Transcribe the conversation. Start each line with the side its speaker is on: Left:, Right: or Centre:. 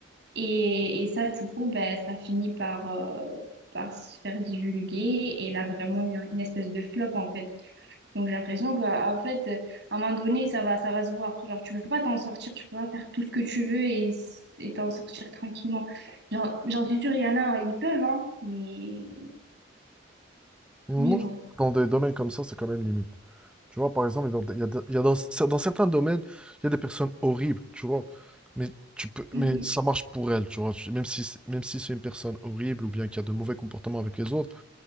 Right: Et, et ça, du coup, bah, ça finit par, euh, par se faire divulguer, et elle a vraiment eu un- une espèce de flop, en fait. Donc j'ai l'impression qu'en fait, euh, à un moment donné, ça va, ça va se voir. Genre, tu peux pas t'en sortir, tu peux pas faire tout ce que tu veux et s- et t'en sortir tranquillement. Genre, j'en suis sûre, il y en a, hein, ils peuvent, hein, mais,
Centre: Moi,
Right: mais bon.
Centre: dans des domaines comme ça, c'est quand même limite. Tu vois, par exemple, dans- il y a, de- il y a dans, dans certains domaines, il y a des personnes horribles, tu vois. Mais, tu peux,
Right: Mhm.
Centre: mais ça marche pour elles, tu vois. Tu- Même si, c'est- même si c'est une personne horrible ou bien qui a de mauvais comportements avec les autres,